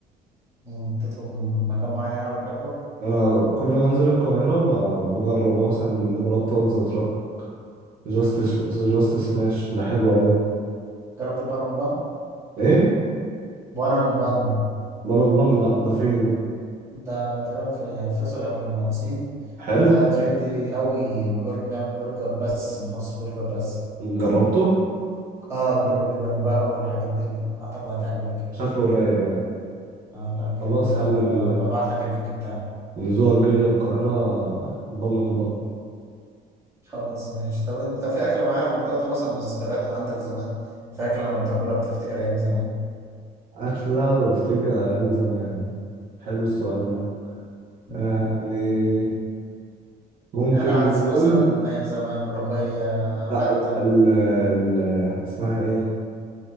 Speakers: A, on the right; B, on the right.
A: آه، تطلب من مكان معين يعني بتحبه
B: انا كل ما انزل القاهرة ب- بجرب أنا مثلا جربت واتزا تراك جاست
A: مم.
B: جاست سماش ده حلو قوي
A: جربت البانن بان
B: ايه
A: بانن بان
B: بان بان لا ده فين ده
A: ده تقريبا في فيصل أو في المهندسين
B: حلو
A: ده ترندي قوي وبرجر بيعمل برجر بس مخصص برجر بس
B: جربته
A: اه كله جبن بقى والحاجات دي اعتقد هتعجبك يعني
B: شكله رايق يعني
A: اه لا جامد
B: خلاص
A: هو
B: يا عم
A: كده
B: ال-
A: ببعت لك اللينك بتاعه
B: النزولة الجاية القاهرة بن بن
A: خلاص ماشي طب انت في اكلة معينة مرتبطة مثلا بالذكريات اللي عندك زمان في اكلة لما بتاكلها بتفتكر ايام زمان
B: أكلة وأفتكر أيام زمان حلو السؤال ده
A: مم.
B: يعني ممكن
A: يعني عدس
B: نقول
A: مثلا ايام زمان ملوخية
B: لا
A: فتة
B: لا ال ال اسمها إيه